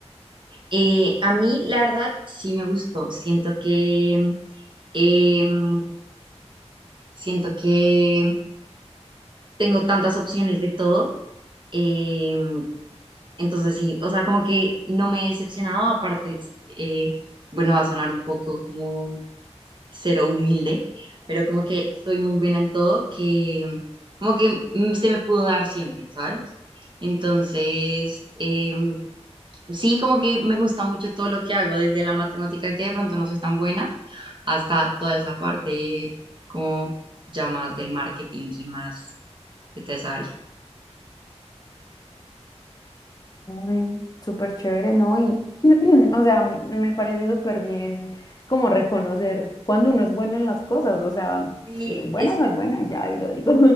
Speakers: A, on the right (about 45°); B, on the left (about 35°).
A: Eh, a mí, la verdad, sí me gustó. Siento que em, siento que tengo tantas opciones de todo. em, Entonces sí, o sea, como que no me he decepcionado, aparte, eh, bueno, va a sonar un poco como cero humilde, pero como que soy muy buena en todo, que como que mm, se me pudo dar siempre, ¿sabes? Entonces, eh, sí, como que me gusta mucho todo lo que hago, desde la matemática que de pronto no soy tan buena, hasta toda esa parte como ya más del marketing y más de toda esa área.
B: Ay, súper chévere, ¿no? Y, <clears throat> o sea, me parece súper bien como reconocer cuando uno es bueno en las cosas, o sea,
A: Y
B: si soy buena,
A: es,
B: soy buena, y ya, y lo digo.